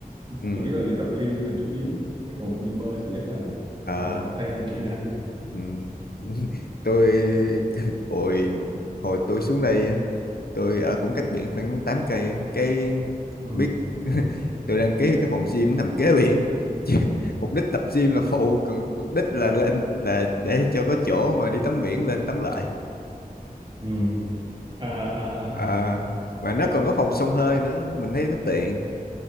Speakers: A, on the left; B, on the right.
A: ừ
B: chủ yếu là đi tập gym là chủ yếu chứ còn đi bơi thì chắc là,
A: Ờ,
B: là học thêm kỹ năng
A: ừ. <laughs> tôi <laughs> hồi hồi tôi xuống đây á, tôi ở cũng cách biển khoảng tám cây cái
B: ừ.
A: biết <laughs> tôi đăng ký cái phòng gym nằm kế biển <laughs> Chứ mục đích tập gym là phụ còn mục đích là lên là để cho có chỗ mà đi tắm biển lên tắm lại
B: Ừ. À, à, à,
A: à,
B: à.
A: mà nó còn có phòng xông hơi nữa mình thấy nó tiện